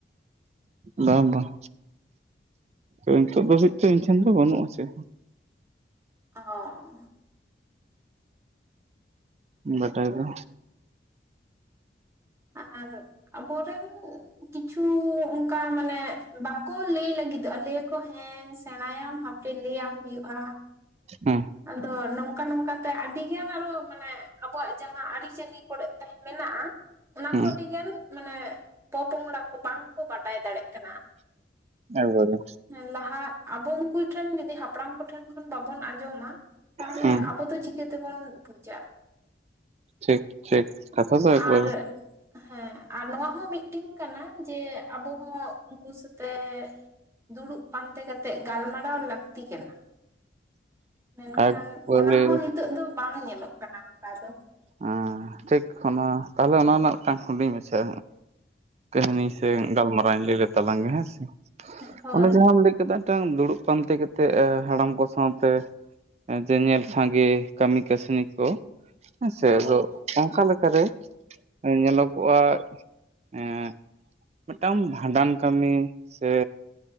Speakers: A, on the right; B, on the right.
A: ᱵᱟᱝ ᱵᱟᱝ ᱱᱤᱛᱚᱜ ᱫᱷᱟᱹᱵᱤᱡ ᱛᱚ ᱤᱧ ᱴᱷᱮᱱ ᱫᱚ ᱵᱟᱹᱱᱩᱜᱼᱟᱥᱮ
B: ᱚᱻ
A: ᱵᱟᱰᱟᱭ ᱵᱟ
B: ᱟᱨ ᱟᱵᱚᱨᱮᱱ ᱠᱤᱪᱷᱩᱻ ᱚᱱᱠᱟ ᱢᱟᱱᱮ ᱵᱟᱠᱚ ᱞᱟᱹᱭ ᱞᱟᱹᱜᱤᱫᱚᱜᱼᱟ ᱞᱟᱹᱭ ᱟᱠᱚ ᱦᱮᱸ ᱥᱮᱬᱟᱭᱟᱢ ᱦᱟᱯᱮ ᱞᱟᱹᱭᱟᱢ ᱦᱩᱭᱩᱜᱼᱟ
A: ᱦᱮᱸ
B: ᱟᱫᱚ ᱱᱚᱝᱠᱟ ᱱᱚᱝᱠᱟ ᱛᱮ ᱟᱹᱰᱤᱜᱟᱱ ᱟᱨᱚ ᱢᱟᱱᱮ ᱟᱵᱚᱣᱟᱜ ᱡᱟᱦᱟᱸ ᱟᱹᱨᱤᱪᱟᱹᱞᱤ ᱠᱚᱨᱮᱫ ᱛᱟᱦᱮᱸ ᱢᱮᱱᱟᱜᱼᱟ ᱚᱱᱟ
A: ᱦᱩᱸ
B: ᱠᱚ ᱟᱹᱰᱤ ᱜᱟᱱ ᱢᱟᱱᱮ ᱯᱚ-ᱯᱚᱝᱲᱟ ᱠᱚ ᱵᱟᱝ ᱠᱚ ᱵᱟᱰᱟᱭ ᱫᱟᱲᱮᱭᱟᱜ ᱠᱟᱱᱟ
A: ᱮᱠᱵᱟᱨᱮ
B: ᱦᱮᱸ ᱞᱟᱦᱟ ᱟᱵᱚ ᱩᱱᱠᱩ ᱴᱷᱮᱸᱱ ᱡᱚᱫᱤ ᱦᱟᱯᱲᱟᱢ ᱠᱚᱴᱷᱮᱱ ᱠᱷᱚᱱ ᱵᱟᱵᱚᱱ ᱟᱸᱡᱚᱢᱟ ᱛᱟᱦᱚᱞᱮ
A: ᱦᱩᱸ
B: ᱟᱵᱚ ᱫᱚ ᱪᱤᱠᱟᱹ ᱛᱮᱵᱚᱱ ᱵᱩᱡᱟ
A: ᱴᱷᱤᱠ ᱴᱷᱤᱠ ᱠᱟᱛᱷᱟ ᱫᱚ ᱮᱠᱵᱟᱨ
B: ᱟᱨ ᱦᱮᱸ ᱟᱨ ᱱᱚᱣᱟ ᱦᱚᱸ ᱢᱤᱫᱴᱤᱝ ᱠᱟᱱᱟ ᱡᱮ ᱟᱵᱚ ᱦᱚᱸ ᱩᱱᱠᱩ ᱥᱟᱹᱛᱮ ᱫᱩᱲᱩᱵ ᱯᱟᱱᱛᱮ ᱠᱟᱛᱮᱜ ᱜᱟᱞᱢᱟᱨᱟᱣ ᱞᱟᱹᱠᱛᱤ ᱠᱟᱱᱟ ᱢᱮᱱᱠᱷᱟᱱ
A: ᱮᱠᱵᱟᱨᱮ
B: ᱚᱱᱟ ᱦᱚᱸ ᱱᱤᱛᱚᱜ ᱫᱚ ᱵᱟᱝ ᱧᱮᱞᱚᱜ ᱠᱟᱱᱟ ᱚᱱᱠᱟ ᱫᱚ
A: ᱦᱮᱸ ᱴᱷᱤᱠ ᱛᱟᱦᱞᱮ ᱚᱱᱟ ᱨᱮᱱᱟᱜ ᱢᱤᱫᱴᱟᱝ ᱦᱩᱰᱤᱧ ᱢᱮᱪᱷᱟ ᱠᱟᱹᱦᱱᱤ ᱥᱮ ᱜᱟᱞᱢᱟᱨᱟᱣᱤᱧ ᱞᱟᱹᱭ ᱞᱮ ᱛᱟᱞᱟᱝ ᱜᱮ ᱦᱮᱸ ᱥᱮ
B: ᱦᱳᱭ
A: ᱩᱱᱤ ᱡᱟᱦᱟᱸᱢ ᱞᱟᱹᱭ ᱪᱮᱫᱟᱜᱴᱟᱝ ᱫᱩᱲᱩᱵ ᱯᱟᱱᱛᱮ ᱠᱟᱛᱮᱫ ᱦᱟᱲᱟᱢ ᱠᱚ ᱥᱟᱶᱛᱮ ᱡᱮ ᱧᱮᱞ ᱥᱟᱸᱜᱮ ᱠᱟᱹᱢᱤ ᱠᱟᱹᱥᱱᱤ ᱠᱚ ᱦᱮᱸᱥᱮ
B: ᱦᱳᱭ
A: ᱟᱫᱚ ᱚᱝᱠᱟ ᱞᱮᱠᱟᱨᱮ ᱧᱮᱞᱚᱜᱚᱜᱼᱟ ᱮᱸ ᱢᱤᱫᱴᱟᱝ ᱵᱷᱟᱸᱰᱟᱱ ᱠᱟᱹᱢᱤ ᱥᱮ